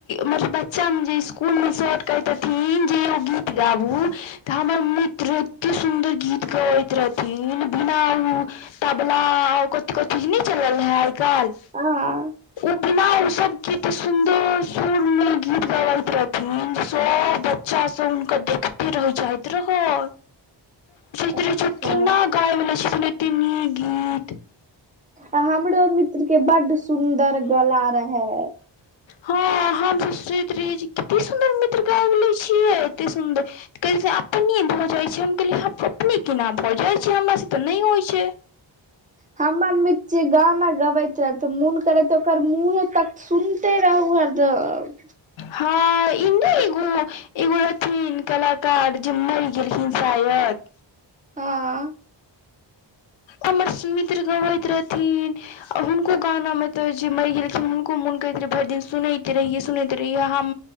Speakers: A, on the left; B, on the right.
A: मतलब बच्चा मे जे स्कूल मेसब कैहतथिन जे यौ गीत गाबू तऽ हमर मित्र एत्ते सुन्दर गीत गबैत रहथिन बिना उ तबला ओ कथी कै छै चीज नय चलल रहय आइ कल्।
B: <inaudible>
A: बिना ओ सब कत्ते सुंदर स्वर में ओ सब गीत गबैत रह्- फेन सब बच्चा सब हुनकर देखते रैह जाइत रह।
B: <inaudible>
A: त बुझु
B: ह
A: केना गाइब लै छथिन एत्ते नीक गीत।
B: आ हमरो मित्र के बड सुन्दर गला रहै।
A: हँ हम सोचैत रहियय कत्ते सुंन्दर मित्र गैइब छियै एते सुंदर। तऽ कै छै अपने भऽ जाइ छै हम कहलियै अपने केना भऽ जाइ छै? हमरासँ तऽ नय होइ छै।
B: हमर मि्च् जे गाना गबैत रत् मोन करैत ओकर मुँहे तक- सुइनते रहु हरदम।
A: हँ इन्दीगू। एगो रहथिन कलाकार जे मैर गेलखिन शायद।
B: हँ।
A: ओमर सु मित्र गबैत रहथिन। आ हुनको गानामे तऽ जे मैर गेलखिन हुनको मोन कहैत रहै भैरि दिन सुनैत रहियै, सुनैत रहियै आ हम।